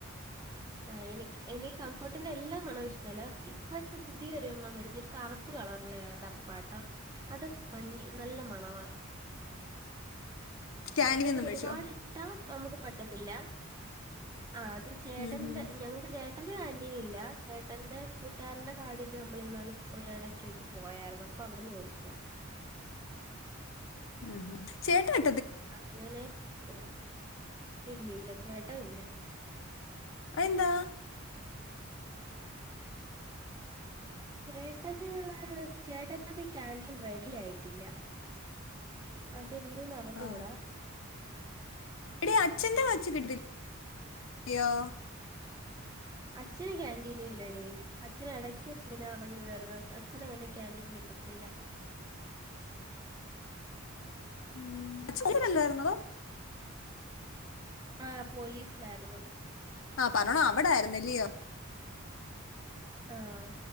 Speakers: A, on the right (about 15°); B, on the left (about 65°).
A: ആ എനി എനിക്ക് കംഫോർട്ടിന്റെ എല്ലാ മണം ഇഷ്ടല്ല ഇപ്പ പുതിയൊരു എണ്ണം മേടിച്ച ഒരു കറുപ്പ് കളറില ഡപ്പാട്ട അത് ഭംഗി നല്ല മണവാ
B: ക്യാൻറ്റീനിൽ
A: പക്ഷെ അത്
B: നിന്ന്
A: ഒരുപാട്
B: മേടിച്ചോ
A: ഇട്ടാ അ നമുക്ക് പറ്റത്തില്ല ആ അത് റ്റ്ണ്ട്
B: ഉം ഹും.
A: ഞങ്ങക്ക് ചേട്ട ന്റെ കാന്റീനില്ല ചേട്ടന്റെ കൂട്ടുകാരന്റെ കാടെ നമ്മളിന്നാള് ഒരിടക്കെ വച്ച് പോയായിരുന്നു അപ്പൊ അവിടുന്ന് മേടിച്ച
B: ഉം ചേട്ടാൻ
A: അങ്ങനെ മേടിച്ചു ഇല്ല ഇല്ല ചേട്ടാ ഇല്ല
B: അയിന്താ
A: ചേട്ടന് ചേട്ടനത് ഈ കാന്റീൻ റെഡി ആയിട്ടില്ല ഇതെന്തന്നെറഞ്ഞൂടാ
B: ആ. എടി അച്ഛന്റെ വച്ച് കിട്ടില്ലയോ
A: അച്ഛന് കന്റീൻ ഇല്ലടി അച്ഛൻ ഇടക്ക് വെച്ച ഇങ്ങനെ ഇറങ്ങി തരുന്നു അച്ഛന് അങ്ങനെ കാന്റീൻ കിട്ടത്തില്ല
B: ഉ അച്ചനല്ലായിരുന്നതോ
A: ആഹ് പോലീസിലായിരുന്നു
B: ആഹ് പറഞ്ഞാേ അവിടായ്ര്ന്നല്ലിയോ
A: ആഹ്